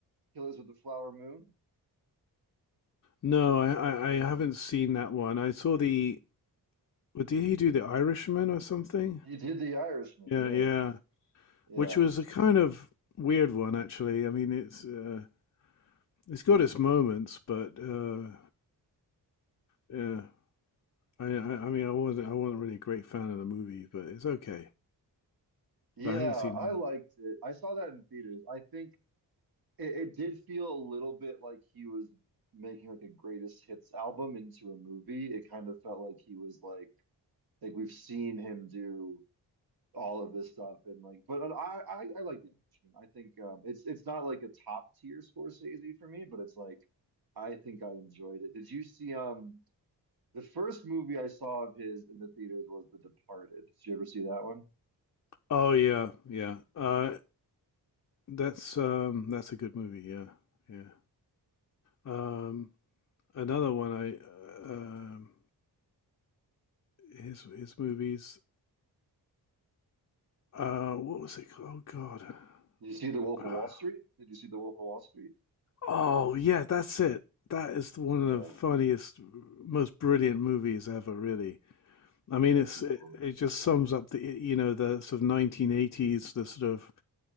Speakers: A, on the right; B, on the left.
A: Killers of the Flower Moon?
B: No, I, I I haven't seen that one. I saw the. What did he do? The Irishman or something?
A: He did The Irishman.
B: Yeah,
A: Yeah,
B: yeah.
A: yeah,
B: Which was a kind of weird one, actually. I mean, it's uh, it's got its moments, but uh, yeah. I, I I mean, I wasn't I wasn't really a great fan of the movie, but it's okay.
A: yeah.
B: But I haven't seen
A: I
B: the. other-
A: liked it. I saw that in theaters. I think It, it did feel a little bit like he was making like a greatest hits album into a movie. It kind of felt like he was like like we've seen him do all of this stuff and like but uh, I I, I like The Irishman. I think um it's it's not like a top tier Scorsese for me, but it's like I think I enjoyed it. Did you see um the first movie I saw of his in the theaters was The Departed. Did you ever see that one?
B: Oh yeah, yeah. Uh, that's um, that's a good movie. Yeah, yeah. Um, another one I uh, um his his movies. Uh, what was it? called? Oh God.
A: Did you see The Wolf
B: Uh,
A: of Wall Street? Did you see The Wolf of Wall Street?
B: Oh yeah, that's it. That is one
A: Yeah,
B: of the funniest, most brilliant movies ever. Really, I
A: yeah,
B: mean,
A: that's
B: it's
A: a good
B: it,
A: one.
B: it just sums up the you know the sort of 1980s, the sort of